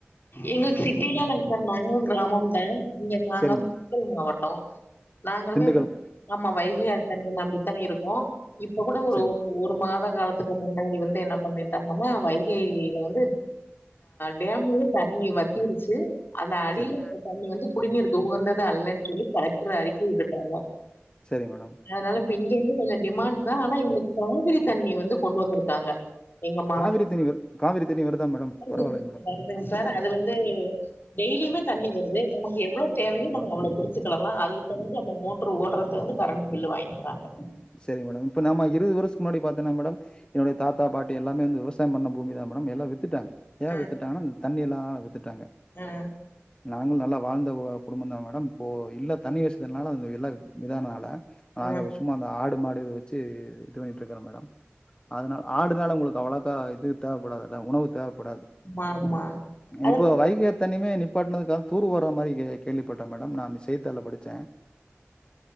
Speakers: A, on the left; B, on the left.
A: எங்களது சிட்டிலா இல்லைங்க சார் நாங்களும் கிராமம் தா இங்க நாங்க
B: சரி மேடம்
A: திண்டுக்கல் மாவட்டோ நாங்களுமே
B: திண்டுக்கல்
A: ஆமா வைகையாறு தண்ணிய நம்பித் தா இருக்கோ இப்ப கூட ஒரு
B: சரி
A: ஒரு மாத ந்த காலத்துக்கு முன்னாடி வந்து என்ன பண்ணிட்டாங்கன்னா வைகையில வந்து டேம்ல தண்ணி வத்திருச்சு ஆனா அடியில
B: சரி
A: இருந்த தண்ணி வந்து குடிநீருக்கு உகந்தது அல்லன்னு சொல்லி கலெக்டர் அறிக்கை விட்டுட்டாங்க
B: சரி மேடம்
A: அதனால இப்ப இங்க இருந்து கொஞ்சு டிமாண்ட்டு ஆனா எங்களுக்கு காவிரி தண்ணி வந்து கொண்டு வந்திருக்காங்க எங்க மாவட்ட
B: காவிரி தண்ணி காவிரி தண்ணி வருதா மேடம்
A: வருதுங்க
B: பரவாயில்லைங் மேடம்
A: வருதுங்க அது வந்து டெய்லியுமே தண்ணி வருது நமக்கு எவ்வளவு தேவையோ நம்ம அவ்வளோ புடிச்சக்கிடலா அதுக்கு தகுந்து அந்த மோட்டரு ஓடுறதுக்கு வந்து கரண்ட் பில்லு வாங்கிக்கிறாங்க
B: செரி மேடம் இப்ப நம்ம இருபது வருஷத்துக்கு முன்னாடி பாத்தனா மேடம் என்னுடைய தாத்தா பாட்டி எல்லாமே வந்து விவசாயம் பண்ண பூமி தா மேடம் எல்லா வித்துட்டாங்க ஏ
A: ஆ
B: வித்துட்டாங் தண்ணிலா‌ வித்துட் டாங்க
A: ஆ
B: நாங்கள் நல்லா வாழ்ந்த குடும்பந்தா மேடம் போ இல்ல தண்ணி வசதி அந்த வில்லா விதானனால நாங்க
A: ஆ
B: விஸ்மா ஆடு மாடுது வெ ச்சு இது பண்ணிட்ருக்குற மேடம் அதனா ஆடுனால உங்ளு அவளக்கா இது தேவப்படாதுல்ல உணவு தேவ் படாது
A: ஆமா ஆமா அத
B: இப்போ
A: பத்தி
B: வைகை ஆத்து தண்ணியுமே நிப்பாட்டனதுக்கா தூரு வார மாரி கே கேள்விப்பட்ட மேடம் நா செய்திதாள்ல படிச்ச